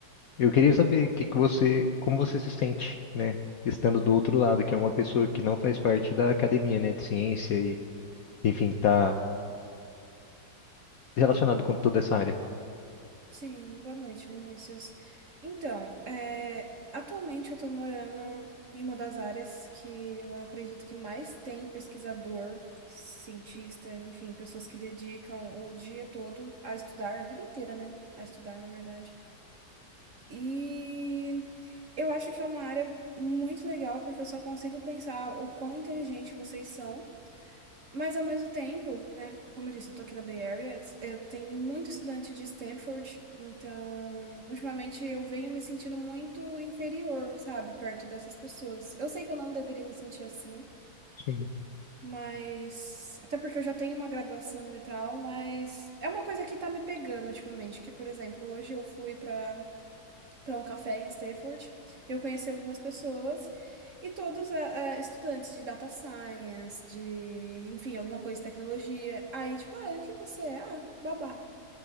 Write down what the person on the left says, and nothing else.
eu queria saber que que você, como você se sente, né? Estando do outro lado, que é uma pessoa que não faz parte da academia, né? De ciência e, enfim, tá relacionado com toda essa área.
Sim.